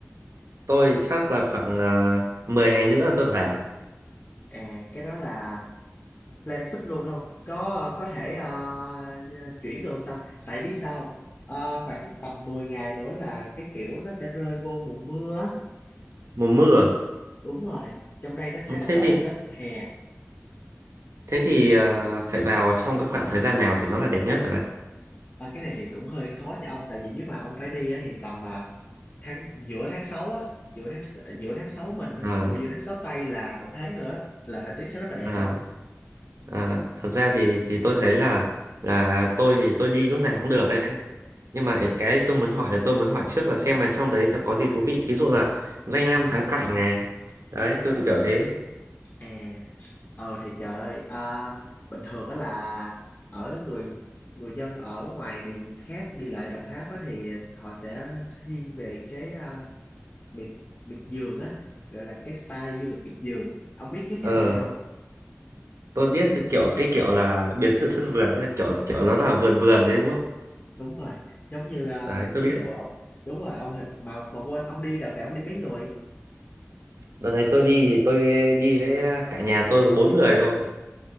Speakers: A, on the right; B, on the left.
A: Tôi chắc là khoảng à, 10 ngày nữa là tôi vào,
B: À, cái đó là plan fix luôn không? Có có thể ờ, ờ, chuyển được không ta? Tại biết sao không? Ờ, khoảng tầm 10 ngày nữa là cái kiểu nó sẽ rơi vô mùa mưa á.
A: mùa mưa.
B: Đúng rồi, trong đây nó sẽ
A: Ừ,
B: bắt
A: Thế
B: đầu
A: thì
B: là Tết hè.
A: thế thì à, phải vào trong cái khoảng thời gian nào thì nó là đẹp nhất rồi bạn?
B: Ờ, cái này thì cũng hơi khó cho ông tại vì nếu mà ông phải đi á, thì tầm à, tháng giữa tháng sáu á giữa tháng s- giữa tháng 6 mình á
A: À,
B: ủa giữa tháng 6 Tây là một tháng nữa á, là thời tiết sẽ rất là đẹp
A: à,
B: không
A: À, thật ra thì thì tôi thấy là là tôi thì tôi đi lúc nào cũng được ấy nhưng mà cái tôi muốn hỏi là tôi muốn hỏi trước là xem là trong đấy nó có gì thú vị thí dụ là danh lam thắng cảnh này đấy kiểu kiểu thế
B: à ờ thì trời ơi à, bình thường á là ở người người dân ở ngoài miền khác đi lại Đồng Tháp á thì họ sẽ thiên về cái à, miệt miệt vườn á gọi là cái style du lịch miệt vườn ông biết cái khái
A: ờ
B: niệm này không
A: tôi biết cái kiểu cái kiểu là biệt thự sân vườn ấy kiểu kiểu nó là vườn vườn đấy đúng không
B: đúng rồi giống như à,
A: đấy tôi
B: ví
A: biết
B: dụ ông đúng rồi ông hình mà mà quên ông đi đợt này ông đi mấy người
A: đợt này tôi đi tôi đi với cả nhà tôi có bốn người thôi